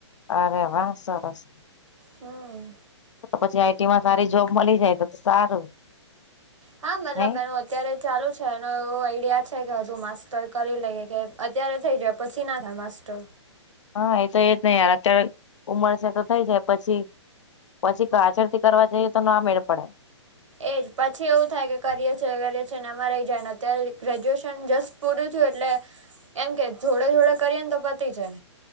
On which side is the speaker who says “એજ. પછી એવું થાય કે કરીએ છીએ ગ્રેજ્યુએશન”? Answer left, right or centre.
Right